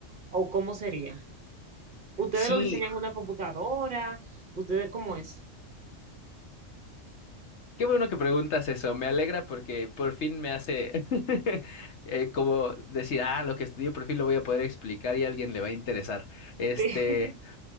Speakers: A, on the right; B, on the left.
A: ¿O cómo sería? ¿Ustedes
B: Sí,
A: lo diseñan en una computadora? ¿Ustedes cómo es?
B: qué bueno que preguntas eso. Me alegra porque por fin me hace <laughs> eh, como decir, ah, lo que estudié por fin lo voy a poder explicar y a alguien le va a interesar. Este,
A: <laughs>